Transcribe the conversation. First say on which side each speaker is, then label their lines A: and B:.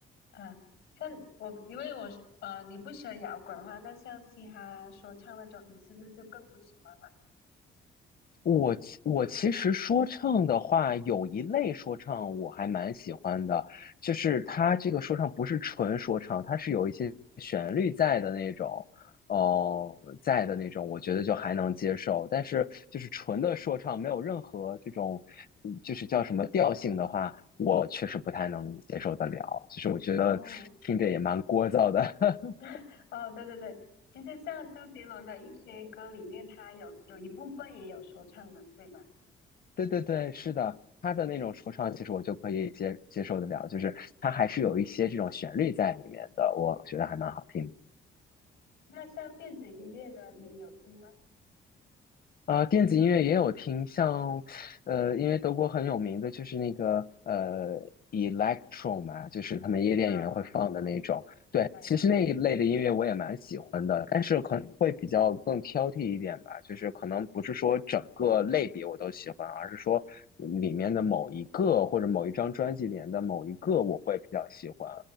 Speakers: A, on the left; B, on the left.
A: 啊，像我，因为我是呃，你不喜欢摇滚的话，那像嘻哈、说唱那种，你是不是就更不喜欢了？
B: 我其我其实说唱的话，有一类说唱我还蛮喜欢的，就是它这个说唱不是纯说唱，它是有一些旋律在的那种，哦、在的那种，我觉得就还能接受。但是就是纯的说唱，没有任何这种，嗯就是叫什么调性的话，我确实不太能接受得了。其实我觉得听着也蛮聒噪的。
A: 哦，
B: <laughs>
A: <laughs> 哦，对对对，其实像周杰伦的一些歌里面，他有有一部分也有说唱的，对吧？
B: 对对对，是的，他的那种说唱，其实我就可以接接受得了，就是他还是有一些这种旋律在里面的，我觉得还蛮好听的
A: 嗯，那像电子音乐呢，你有听吗？
B: 啊、电子音乐也有听，像，呃，因为德国很有名的就是那个呃，electro 嘛，就是他们夜店里面会放的那种。
A: 啊，
B: 对，
A: 对，
B: 其实那一类的音乐我也蛮喜欢的，但是可能会比较更挑剔一点吧，就是可能不是说整个类别我都喜欢，而是说里面的某一个或者某一张专辑里面的某一个我会比较喜欢。